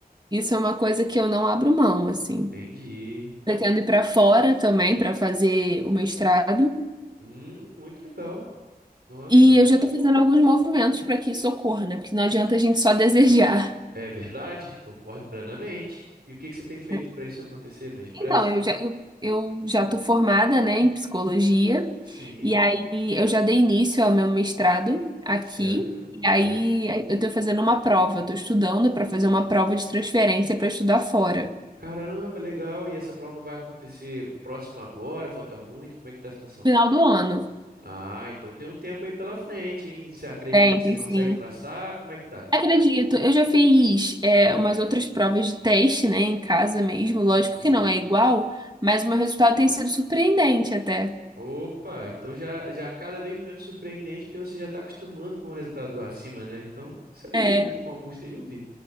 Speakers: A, on the right; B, on the right.
A: isso é uma coisa que eu não abro mão, assim.
B: Entendi.
A: Pretendo ir para fora também para fazer o mestrado.
B: Hum, muito legal. Nossa,
A: E eu já estou fazendo alguns movimentos para que isso ocorra, né? Porque não adianta a gente só <laughs> desejar.
B: é verdade? Concordo plenamente. E o que que você tem feito
A: né?
B: para isso acontecer mais depressa?
A: Então, eu já, eu, eu já tô formada, né, em psicologia,
B: Sim,
A: e aí eu já dei início ao meu mestrado aqui,
B: certo,
A: e
B: certo.
A: aí eu tô fazendo uma prova, eu tô estudando para fazer uma prova de transferência para estudar fora,
B: Caramba, legal. E essa prova vai acontecer próxima agora? Falta muito? Como é que tá a situação?
A: final do ano.
B: Ah, então tem um tempo aí pela frente, hein? Você acredita
A: Tem,
B: que você
A: tem
B: consegue
A: sim.
B: passar? Como é que tá?
A: Acredito, eu já fiz é, umas outras provas de teste, né, em casa mesmo, lógico
B: Entendi.
A: que não é igual, mas o meu resultado tem sido surpreendente até.
B: Opa, então já já cada vez menos surpreendente porque você já está acostumando com o resultado acima, né? Então, isso aí,
A: É,
B: muito bom, gostei de ouvir.